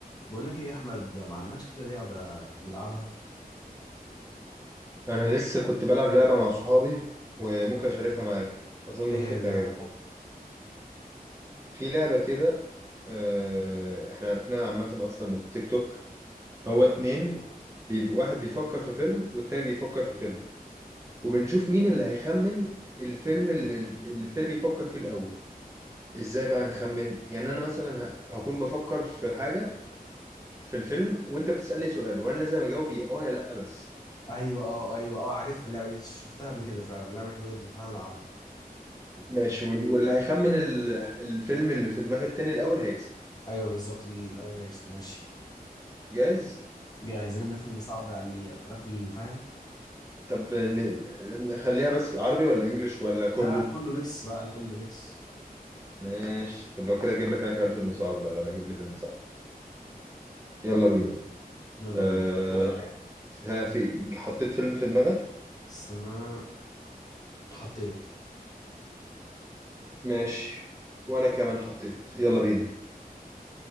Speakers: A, on the left; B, on the right.
A: بقول لك ايه يا احمد ما عندكش كده لعبه نلعبها
B: انا لسه كنت بلعب لعبه مع صحابي وممكن اشاركها معاك اظن
A: ايه هي
B: ممكن
A: اللعبه
B: تعجبك
A: دي
B: في لعبه كده آه، احنا عرفناها عامه اصلا من التيك توك هو اتنين بيب... واحد بيفكر في فيلم والتاني بيفكر في فيلم وبنشوف مين اللي هيخمن الفيلم اللي, اللي التاني بيفكر فيه الاول ازاي بقى نخمن يعني انا مثلا ه... هكون بفكر في حاجه في الفيلم وانت بتسالني سؤال وانا لازم اجاوب يا اه يا لا بس
A: ايوه اه ايوه اه عارفها اللعبه دي شفتها قبل كده فعلا لعبه حلوه جدا تعالى نلعبها
B: ماشي وال- واللي هيخمن ال... الفيلم اللي في دماغ التاني الاول هيكسب
A: ايوه بالظبط الاول هيكسب ماشي
B: جاهز
A: جاهز اجيب لك فيلم صعب يعني اتحداك تجيبه فاهم
B: طب ن- نخليها بس عربي ولا انجليش ولا كله
A: لا لا كله ميكس بقى كله ميكس
B: ماشي طب لو كده اجيب لك انا كمان فيلم صعب بقى لو هجيب لي فيلم صعب يلا بينا يلا
A: يلا
B: أه...
A: بينا
B: بينا ها في حطيت فيلم في دماغي
A: استنى حطيت
B: ماشي وانا كمان حطيت يلا بينا